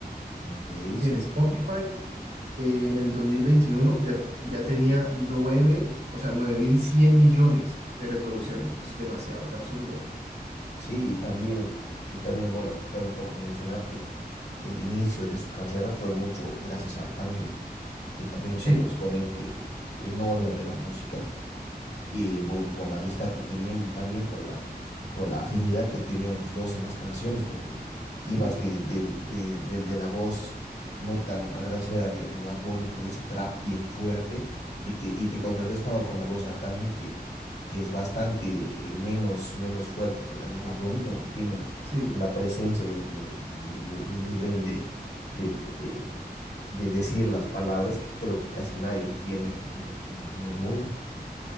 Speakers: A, on the left; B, on the right.
A: Ok, sí,
B: Y en Spotify, eh, en el 2021 ya, ya tenía 9, o sea, 9.100 millones de reproducciones. Eso es demasiado, es absurdo.
A: sí, y también, y también, bueno, aquí cabe un poco mencionar que, que el inicio de su carrera fue mucho gracias a Arcángel, que también es
B: Sí,
A: otro exponente enorme de la música, y bueno, por la amistad que tenían y también por la, por la afinidad que tenían los dos en las canciones, porque ibas
B: mm,
A: de, del- de, del- de la voz no tan agraciada de, de Bad Bunny con ese trap bien fuerte y te, y te contrarrestaba con la voz de Arcángel que, que es bastante eh, menos, menos fuerte que la de Bad Bunny, pero que tiene una,
B: sí,
A: una presencia y un, y un, y un- y un- y un nivel de, de, de, de decir las palabras que creo que casi nadie lo tiene en el, en el en el mundo.